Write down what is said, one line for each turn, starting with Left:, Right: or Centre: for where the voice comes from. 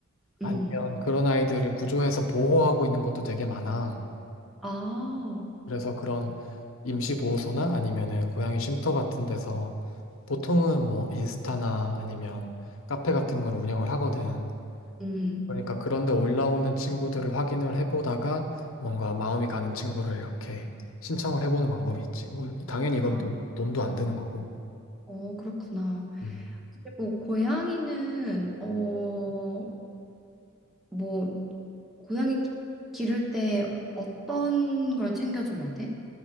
Left: 아니면
Centre: 음.
Left: 그런 아이들을 구조해서 보호하고 있는 것도 되게 많아.
Centre: 아.
Left: 그래서 그런 임시보호소나 아니면은 고양이 쉼터 같은 데서 보통은 뭐 인스타나 아니면 카페 같은 걸 운영을 하거든.
Centre: 음.
Left: 그러니까 그런데 올라오는 친구들을 확인을 해보다가 뭔가 마음이 가는 친구를 이렇게 신청을 해보는 방법이 있지. 뭐 당연히 이건
Centre: 아.
Left: 돈, 돈도 안 드는 거고.
Centre: 어, 그렇구나.
Left: 음.
Centre: 그리고 고양이는 어 뭐 고양이 기- 기를 때 어떤 걸 챙겨줘야 돼?